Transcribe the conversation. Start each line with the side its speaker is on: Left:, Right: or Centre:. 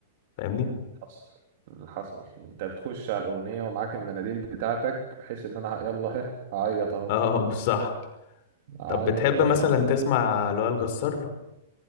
Left: فاهمني
Right: حصل حصل انت بتخش على الاغنيه ومعاك المناديل بتاعتك بحيث ان انا ه- يلا ها هعيط اهو
Left: اه بصح
Right: هعيط
Left: طب بتحب
Right: اهو
Left: مثلا
Right: تمام
Left: تسمع لوائل جسار